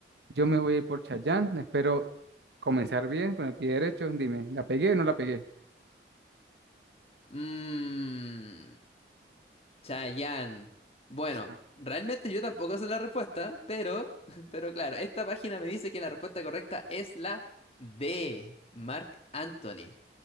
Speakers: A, on the right (about 70°); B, on the left (about 35°).
A: Yo me voy a ir por Chayanne. Espero comenzar bien con el pie derecho. Dime, ¿la pegué o no la pegué?
B: Mmm. Chayanne. Bueno,
A: Cha-
B: realmente yo tampoco sé la respuesta, pero, <laughs> pero claro, esta página me dice que la respuesta correcta es la D. Marc Anthony.